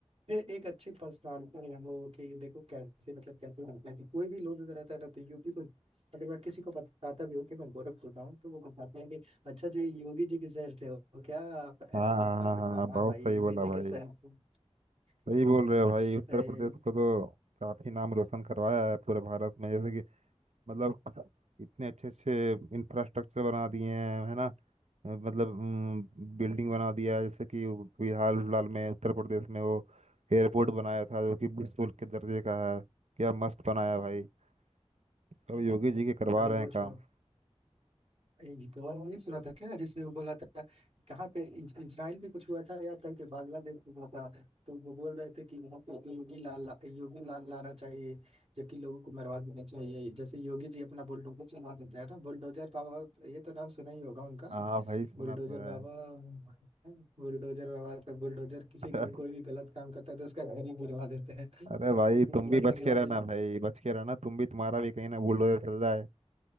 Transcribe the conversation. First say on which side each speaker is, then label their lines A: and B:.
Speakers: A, on the right; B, on the right.
A: फिर एक अच्छी पर्सनालिटी है वो कि देखो कैसे मतलब कैसे रहते हैं तो कोई भी लोग अगर रहता है ना तो यूपी को मतलब अगर मैं किसी को बताता भी हूँ कि मैं गोरखपुर का हूँ तो वो बताते हैं कि अच्छा जी योगी जी के शहर से हो क्या आप ऐसे
B: हाँ
A: पूछता
B: हाँ हाँ
A: है मैं कहा,
B: हाँ,
A: हाँ हाँ
B: बहुत
A: भाई
B: सही
A: योगी
B: बोला
A: जी के
B: भाई
A: शहर से <laughs>
B: सही बोल रहे हो भाई उत्तर
A: ए,
B: प्रदेश को तो काफ़ी नाम रोशन करवाया है पूरे भारत में जैसे कि मतलब इतने अच्छे अच्छे इंफ्रास्ट्रक्चर बना दिए हैं है ना अ, मतलब बिल्डिंग बना दिया है जैसे कि वो बिहार फिलहाल में उत्तर प्रदेश में वो एयरपोर्ट बनाया था जो कि विश्व के दर्जे का है क्या मस्त बनाया भाई सब योगी जी के करवा
A: अरे
B: रहे
A: वो
B: हैं काम
A: छोड़ो एक और नहीं सुना था क्या जिसमें वो बोला था कहाँ पे इज- इजराइल में कुछ हुआ था या कहीं पे बांग्लादेश में हुआ था तो वो बोल रहे थे कि यहाँ पे योगी लाल योगी लाल लाना चाहिए जबकि लोगों को मरवा देना चाहिए जैसे योगी जी अपना बुलडोजर चलवा देते हैं ना बुलडोजर बाबा ये तो नाम सुना ही होगा उनका
B: हाँ भाई सुना
A: बुलडोजर
B: तो है
A: बाबा बुलडोजर बाबा तो बुलडोजर किसी
B: <laughs>
A: का भी कोई भी गलत काम करता है तो उसका घर ही गिरवा देते हैं <laughs>
B: अरे भाई
A: तो वो
B: तुम
A: बोला
B: भी बच
A: था कि
B: के
A: वहाँ
B: रहना
A: पे
B: भाई बच के रहना तुम भी तुम्हारा भी कहीं ना बुलडोजर चल जाए